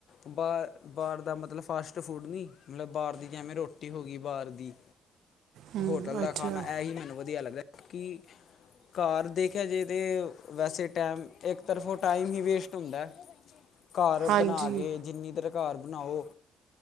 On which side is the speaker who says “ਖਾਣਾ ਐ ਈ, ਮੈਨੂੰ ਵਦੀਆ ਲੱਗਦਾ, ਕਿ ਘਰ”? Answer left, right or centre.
Left